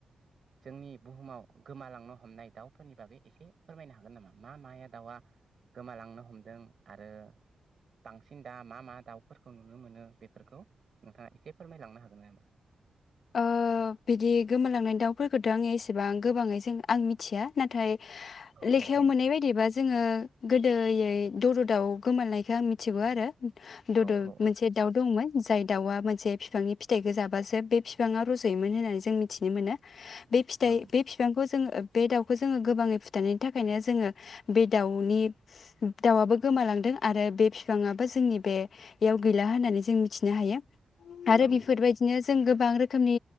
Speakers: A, on the right; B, on the left.
A: जोंनि बुहुमाव गोमालांनो हमनाय दाउ फोरनि बागै एसे फोरमायनो हागोन नामा मा माया दाउआ गोमालांनो हमदों आरो बांसिन दा मा मा दाउ फोरखौ नुनो मोनो बेफोरखौ नोंथाङा एसे फोरमाय लांनो हागोन नामा?
B: ओ बिदि गोमालांनाय दाउ फोरखौथ' आङो एसेबां गोबाङै जों आं मिथिया नाथाय
A: औ
B: लेखायाव
A: औ औ
B: मोननाय बायदिबा जोङो गोदो यै दद' दाव गोमालायखौ आं मिथिगौ आरो। दद'
A: औ औ
B: मोनसे दाउ दंमोन। जाय दाउआ मोनसे बिफांनि फिथाइखौ जाबासो बे फि बिफांया रज'योमोन होननानै जों मिथिनो मोनो। बे फिथाइ
A: औ
B: बे फिफांखौ जों जोङो बे दाउखौ जोङो गोबाङै फुथारनायनि थाखायनो जोङो बे दाउनि दाउ आबो गोमालांदों आरो बे फिफां आबो जोंनि बेयाव गैला होननानै जों मिथिनो हायो। आरो
A: औ
B: बेफोर बायदिनो जों गोबां रोखोम जोंनि